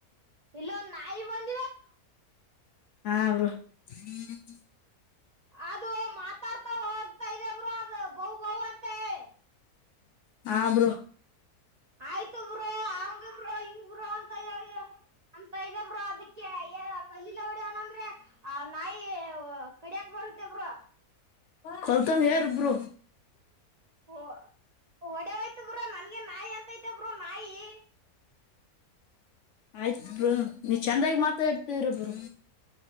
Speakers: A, on the right (about 65°); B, on the left (about 65°).
A: ಇಲ್ಲೊಂದು ನಾಯಿ ಬಂದ್ --
B: ಹಾ ಬ್ರೋ <inaudible>
A: ಅದು ಮಾತಾಡ್ತಾ ಹೋಗ್ತಾ ಇದೆ ಬ್ರೊ ಅದು ಬೌ ಬೌ ಅಂತ ಹೇಳಿ.
B: ಹ ಬ್ರೊ
A: ಆಯ್ತು ಬ್ರೊ ಅಂಗ್ ಬ್ರೊ ಹಿಂಗ್ ಬ್ರೊ ಅಂತ ಹೇಳಿ. ಅಂತ ಇದೆ ಬ್ರೊ ಅದಕ್ಕೆ ಕಲ್ಲಿಂದ ಹೊಡ್ಯನಂದ್ರೆ ಆ ನಾಯಿ. ಕಡ್ಯಕ್ ಬರುತ್ತೆ ಬ್ರೊ
B: ಕೊಲ್ತಂಡ್ ಎರು ಬ್ರೊ
A: ಓ ಒಡಿಹೊಯಾತ್ - ಬ್ರೊ ನನ್ಗೆ ನಾಯ್ ಅಂತೈತಿ ಬ್ರೊ ನಾಯಿ.
B: ಆಯ್ತ್ ಬ್ರೊ ನೀವ್ ಚಂದಾಗಿ ಮಾತಾಡ್ತಿರ್ ಬ್ರೊ.